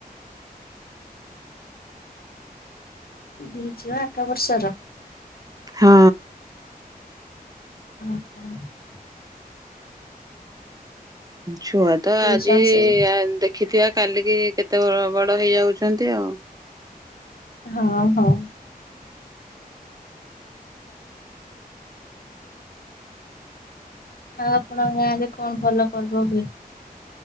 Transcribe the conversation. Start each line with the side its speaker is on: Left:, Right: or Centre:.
Left: ହୁଁ। ଆଠ ବର୍ଷର
Right: ହଁ।
Left: <inaudible>
Right: ଛୁଆ ତ
Left: ଟିଉସନ
Right: ଆଜି
Left: ସେ
Right: ଦେଖିଥିବା କାଲିକି କେତେ ବଳ ବଡ ହେଇଯାଉଛନ୍ତି ଆଉ।
Left: ହଁ ହଁ। ଆଉ ଆପଣଙ୍କ ଗାଁରେ କଣ ଭଲ ପର୍ବ ହୁଏ।